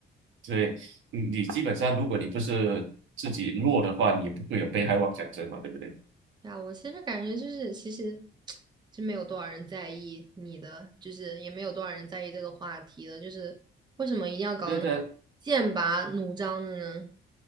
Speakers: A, on the right (about 75°); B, on the right (about 20°).
A: 所以你你基本上，如果你不是自己弱的话，你也不会有被害妄想症嘛，对不对？
B: <laughs> 呀，我其实感觉就是，其实真没有多少人在意你的，就是也没有多少人在意这个话题的，就是为什么一定要搞得那么
A: 因为对，
B: 剑拔弩张的呢？